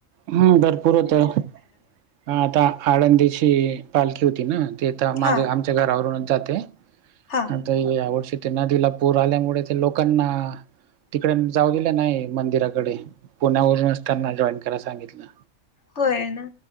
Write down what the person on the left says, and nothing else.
हा
हा
होय ना?